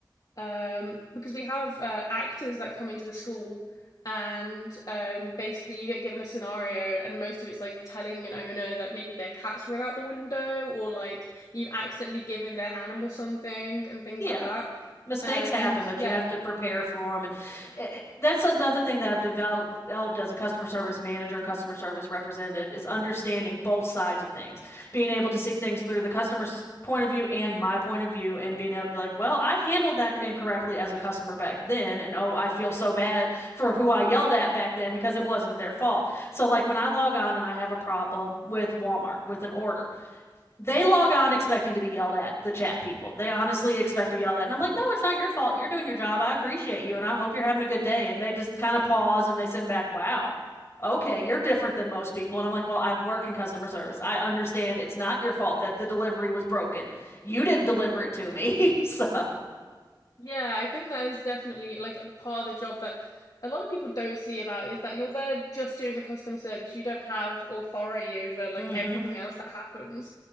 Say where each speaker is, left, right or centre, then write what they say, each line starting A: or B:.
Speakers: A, on the left; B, on the left.
A: um, because we have uh, actors that come into the school, and um, basically you get given a scenario, and most of it's like telling an owner that maybe their cat's run out the window, or like you've accidentally given their animal something, and things
B: Yeah.
A: like that.
B: mistakes
A: Um,
B: happen,
A: and
B: but
A: yeah,
B: you have to prepare for them. And eh, eh, that's another thing that I've developed, developed as a customer service manager and customer service representative is understanding both sides of things, being able to see things through the customer's point of view and my point of view, and being able to be like, well, I handled that incorrectly as a customer back then, and oh, I feel so bad for who I yelled at back then because it wasn't their fault. So like when I log on and I have a problem with Walmart with an order, they log on expecting to be yelled at, the chat people. They honestly expect to be yelled at. And I'm like, no, it's not your fault. You're doing your job. I appreciate you and I hope you're having a good day. And they just kind of pause and they send back, wow, okay, you're different than most people. And I'm like, well, I work in customer service. I understand it's not your fault that the delivery was broken. You didn't deliver it to me. <laughs> so,
A: Yeah, I think that is definitely like the part of the job that a lot of people don't see about is that you're there just doing the customer service. You don't have authority over like
B: mm
A: everything
B: hmm.
A: else that happens.